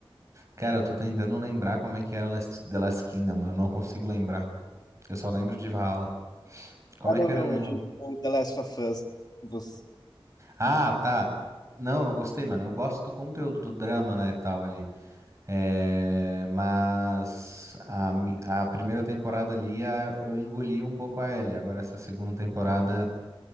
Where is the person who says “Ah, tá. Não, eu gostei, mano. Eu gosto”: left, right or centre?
Right